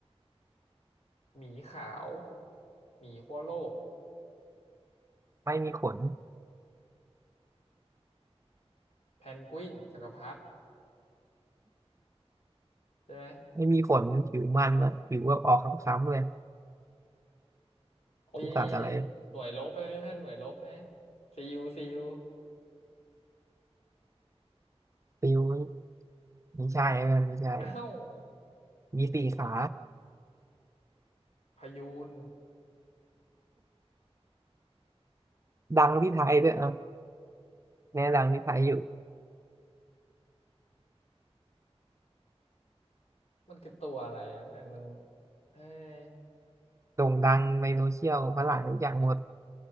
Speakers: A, on the left; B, on the right.
A: หมีขาวหมีขั้วโลก
B: ไม่มีขน
A: แพนกวินจักรพรรดิใช่ไหม
B: ไม่มีขนผิวมันนะผิวแบบออกคล้ำๆเลย
A: โอ้ยนี่
B: ลูกสัตว์อะไร
A: หน่วยลบใช่ไหมเพื่อนหน่วยลบใช่ไหมซียูซียู
B: ปิวไม่ไม่ใช่เพื่อนไม่ใช่
A: อ้าว
B: มีสี่ขา
A: พายูน
B: ดังที่ไทยด้วยเอ่ะแน่ดังที่ไทยอยู่
A: มันคือตัวอะไรนะเพื่อนมันเอ้ย
B: โด่งดังในโซเชียลฝรั่งรู้จักหมด